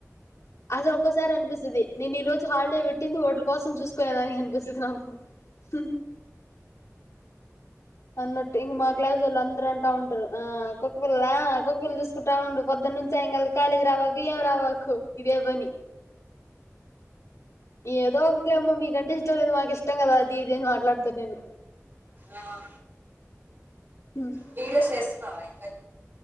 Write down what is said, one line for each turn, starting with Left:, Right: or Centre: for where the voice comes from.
Left: అసలు ఒక్కసారి అనిపిస్తుంది నేను ఈ రోజు హాలిడే పెట్టింది ఓట్ల కోసం చూసుకునే దానికి అనిపిస్తుంది నాకు స అన్నట్టు ఇంక మా క్లాసు వాళ్ళు అందరు అంటా ఉంటారు ఆ కుక్కపిిల్లలా కుక్క పల్లలు చూసుకుంటా ఉండు పొద్దున్న నుంచి సాయం కలి కాలేజీ రావాకు ఏం రావాకు ఇదే పని ఏదో ఒకట్లేమో మీకంటే ఇష్టం లేదు మాకు ఇష్టం కదా అది ఇదిేని మాట్లాడుత నేను
Right: ఆ
Left: హ్మ్
Right: వీడియోస్ చేస్తున్నావా ఇంక